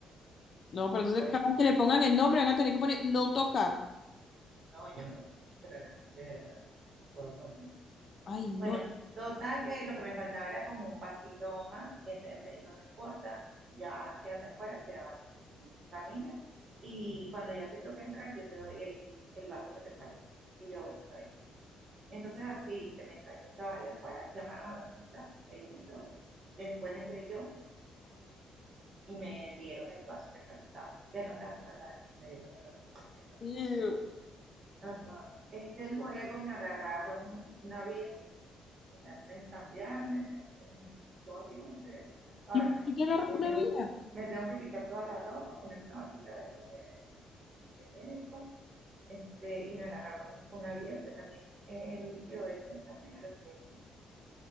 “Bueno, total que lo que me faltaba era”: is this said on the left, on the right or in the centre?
Right